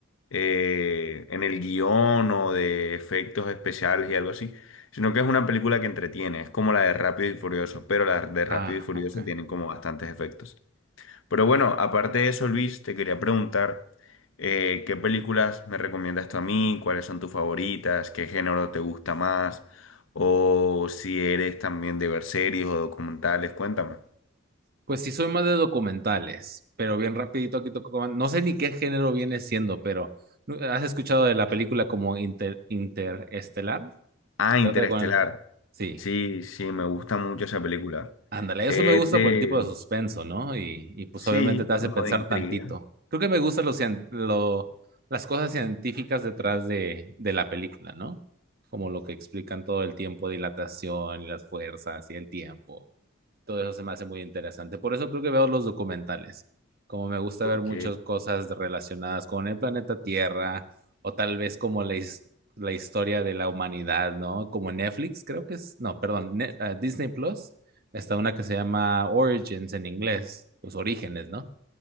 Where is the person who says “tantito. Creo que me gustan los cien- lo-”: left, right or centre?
Right